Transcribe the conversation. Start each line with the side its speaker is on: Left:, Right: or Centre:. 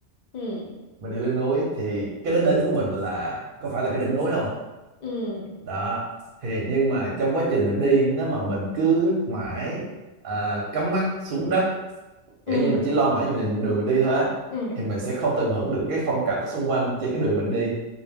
Left: ừ
Right: mình đi leo núi thì cái đích đến của mình là có phải là cái đỉnh núi không
Left: ừ
Right: đó thì nhưng mà trong quá trình mình đi nếu mà mình cứ mãi à, cắm mắt xuống đất kiểu
Left: ừ
Right: như mình chỉ lo mãi về mình đường mình đi thôi á
Left: ừ
Right: thì mình sẽ không tận hưởng được cái phong cảnh ở xung quanh trên cái đường mình đi